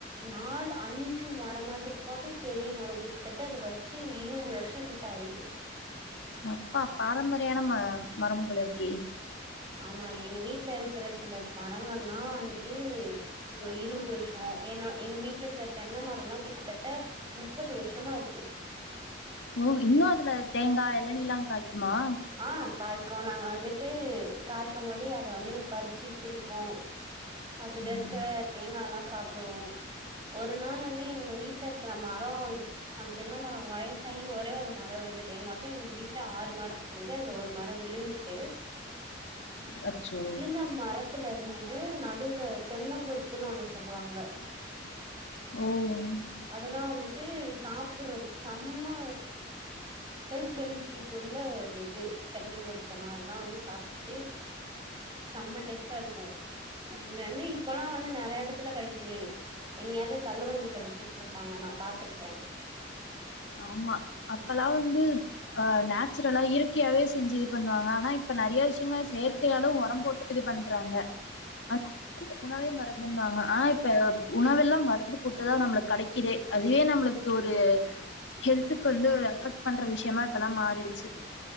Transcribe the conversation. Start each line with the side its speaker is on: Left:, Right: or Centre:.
Right: நால் அஞ் சு மரமாதிரி இருக்கும் அது பெரிய மரம் கிட்டத்தட்ட அத வெச்சி இருவது வருஷோம் கிட்ட ஆய்ட்டு
Left: அப்பா பாரம்பரியயான ம மரம் போல இருக்கே
Right: ஆமா எங்க வீட்ல இருக்குற சில மரங்கள்ல்லாம் வந்துட்டு யோ இருவது வருஷ என்ன எங்க வீட்ல இருக்கற தென் மரல்லா கிட்டத்தட்ட முப்பது வருஷமா இருக்கு
Left: னோ இன்னு அதுல தேங்கா எளநீல்லா காய்க்குமா
Right: ஆ காய்க்கு நாங்க வந்துட்டு காய்க்கும் போதே அத வந்து பறிச்சு குடிப்போ அதுல
Left: ம்
Right: இருக்கற தேங்கால்லா சாப்டுவோ ஒரு நாள் வந்து எங்க வீட்ல இருக்கிற மரோ அந்த தென்ன மரோ வயசா சாயி ஒரே ஒரு மரோ விழுந்துட்டு மொத்தோ எங்க வீட்ல ஆறு மர இருந்துது அதுல ஒரு மர விழுந்துட்டு
Left: அச்சோ
Right: அந்த மரத் துல இருந்து நடுவுல தென்ன குறுத்துன்னு ஒன்னு சொல்லுவாங்க
Left: ஓ ம்
Right: அதெல்லா வந்துட்டு சாப் புறது செம்ம ஹெல்த் பெனிஃபிட் உள்ள ஒரு இது தென்னங்குருத்துன்னா அதெல்லா வந்து சாப்ட்டுட்டு செம்ம டேஸ்ட்டா இருக்கு ம் வந்து இப்பல்லா வந்து நெறைய எடத்துல கெடைக்குது எங்கயாது தள்ளுவண்டியில வித்துட்டு்ருப்பாங்க நா பாத்துருக்கே
Left: ஆமா அப்பல்லா வந்து ஆ நேச்சுரலா இயற்கையாவே செஞ்சு இது பண்ணுவாங்க ஆனா இப்ப நெறைய விஷயங்கள செயற்கையாலு ஒரம் போட்டு இது பண்றாங்க அந் உணவே மருந்துன்னுவாங்க ஆனா இப்ப உணவெல்லா மருந்து போட்டுதா நம்பளுக்கு கெடைக்குதே அதுவே நம்மளுக்கு ஒரு ஹெல்த்துக்கு வந்து ஒரு அஃபெக்ட் பண்ற விஷயமா இப்பல்லா மாறிடுச்சு